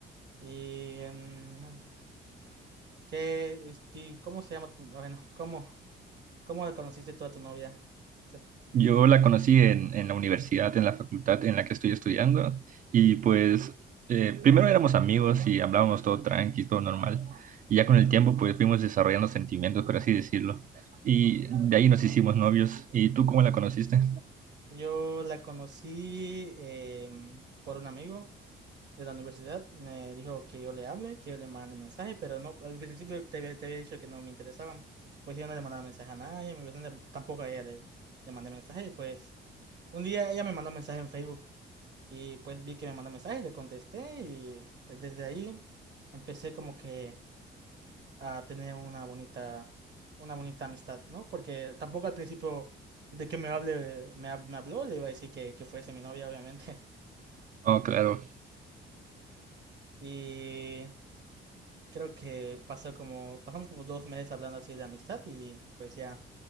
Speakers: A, on the right; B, on the right.
A: Y em, ¿qué, este, cómo se llama? tu- ah, Bueno, ¿cómo, cómo conociste tú a tu novia? Se-
B: Yo la conocí en, en la universidad, en la facultad en la que estoy estudiando y pues eh, primero éramos amigos y hablábamos todo tranqui, todo normal y ya con el tiempo pues fuimos desarrollando sentimientos, por así decirlo. Y de ahí nos hicimos novios. ¿Y tú cómo la conociste?
A: Yo la conocí em, por un amigo. de la universidad me dijo que yo le hable, que yo le mande mensaje, pero no, al principio te, había te había dicho que no me interesaban. Pues yo no le mandaba mensaje a nadie, pues, no le- tampoco a ella le, le mandé mensaje. Y pues un día ella me mandó mensaje en Facebook y pues vi que me mandó mensaje y le contesté y desde ahí empecé como que a tener una bonita, una bonita amistad, ¿no? Porque tampoco al principio de que me hable, me, hab- me habló, le iba a decir que, que fuese mi novia, obviamente.
B: Oh, claro.
A: <laughs> Y creo que pasó como, pasamos como dos meses hablando así de amistad y pues ya